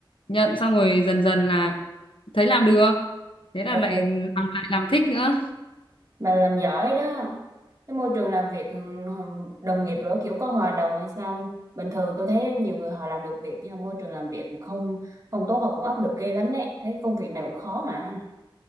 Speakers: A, on the left; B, on the right.
A: nhận xong rồi dần dần là thấy làm được thế là
B: ồ,
A: lại làm lại làm thích nữa
B: bà làm giỏi đó. cái môi trường làm việc ừm, đồng nghiệp rồi kiểu có hòa đồng hay sao bình thường tôi thấy nhiều người họ làm được việc nhưng mà môi trường làm việc không không tốt họ cũng áp lực ghê lắm đấy thấy công việc này cũng khó mà